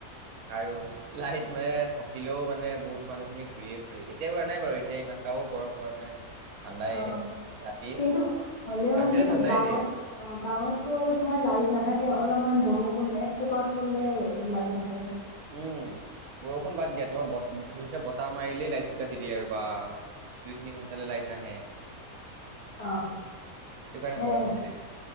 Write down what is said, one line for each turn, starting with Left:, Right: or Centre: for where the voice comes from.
Right: আৰু লাইট মানে থাকিলেও মানে বহুত মানুহখিনি ঘূৰিয়ে ফুৰে এতিয়া ঘূৰা নাই বাৰু এতিয়া ইমানটাও গৰম পৰা নাই। ঠাণ্ডাই
Left: অ
Right: ৰাতি
Left: কিন্তু হ'লেও
Right: ৰাতিটো
Left: মানে
Right: ঠাণ্ডাই
Left: গাঁৱত
Right: দিয়ে
Left: অ গাঁৱততো আৰু তোমাৰ লাইট নাথাকে অলপমান বৰষুণ একটোপাল পৰিলে লাইট নাথাকে।
Right: উম, বৰষুণ বাদ দিয়া, তোমাৰ জোৰচে বতাহ মাৰিলেই লাইটটো কাটি দিয়ে আৰু বাছ! দুই, তিনি ঘণ্টালৈ লাইট নাহে।
Left: অহ,
Right: সেইটো কাৰণে
Left: হে
Right: বৰ অশান্তি লাগে